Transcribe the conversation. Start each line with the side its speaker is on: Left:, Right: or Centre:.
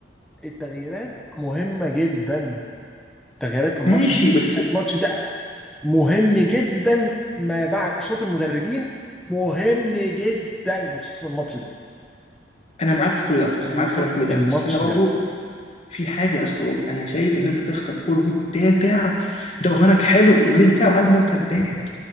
Centre: التغييرات مهمه جدا التغييرات في الماتش
Left: ماشي
Centre: دي
Left: بس
Centre: الماتش ده مهم جدا ما بعد شوط المدربين مهم جدا وخصوصا الماتش ده
Left: انا معاك في كل ده
Centre: وخصوصا
Left: انا معاك فعلا في كل ده
Centre: الماتش
Left: بس انا برضه
Centre: ده
Left: في حاجه يا اسطى انا شايف ان انت تخطف كوره وتدافع ده برهانك حلو وانت تلعب على المرتدات